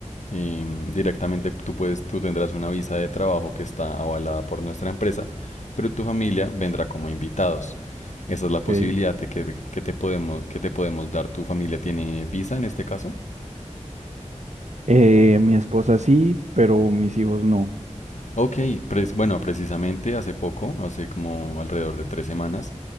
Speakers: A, on the left; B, on the right.
A: Em, directamente tú puedes, tú tendrás una visa de trabajo que está avalada por nuestra empresa, pero tu familia vendrá como invitados. Esa es la posibilidad
B: Ok.
A: de que, que te podemos, que te podemos dar. ¿Tu familia tiene visa en este caso?
B: Eh, mi esposa sí, pero mis hijos no.
A: Ok, pres- bueno, precisamente hace poco, hace como alrededor de tres semanas,